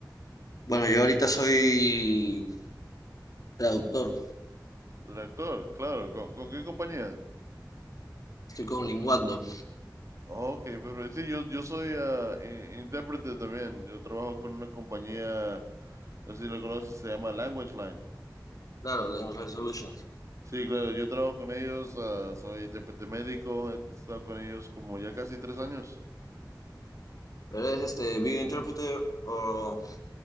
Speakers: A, on the left; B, on the right.
A: Bueno, yo ahorita soy traductor,
B: De actor, claro. ¿Con, con qué compañía?
A: estoy con Linguando,
B: Ok, pero sí, yo, yo soy ah, i- intérprete también. Yo trabajo con una compañía, no sé si lo conoces, se llama Language Line.
A: claro, Language Life Solutions.
B: Sí, claro, yo trabajo con ellos, ah, soy intérprete médico, he estado con ellos como ya casi tres años.
A: Pero es este video interpreter o...